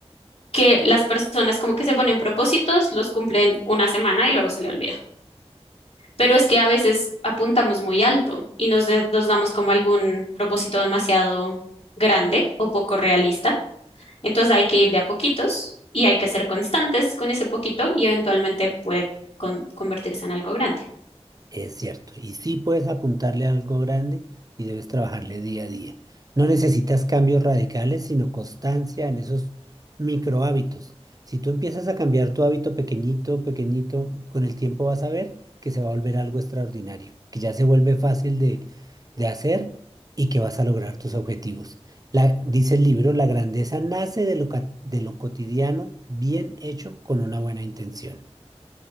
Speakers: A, on the left; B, on the right.
A: que las personas como que se ponen propósitos, los cumplen una semana y luego se le olvida. Pero es que a veces apuntamos muy alto y nos, de- nos damos como algún propósito demasiado grande o poco realista. Entonces hay que ir de a poquitos y hay que ser constantes con ese poquito y eventualmente puede con- convertirse en algo grande.
B: Es cierto, y sí puedes apuntarle a algo grande y debes trabajarle día a día. No necesitas cambios radicales, sino constancia en esos micro hábitos. Si tú empiezas a cambiar tu hábito pequeñito, pequeñito, con el tiempo vas a ver que se va a volver algo extraordinario, que ya se vuelve fácil de, de hacer y que vas a lograr tus objetivos. La, dice el libro, la grandeza nace de lo, ca- de lo cotidiano bien hecho con una buena intención.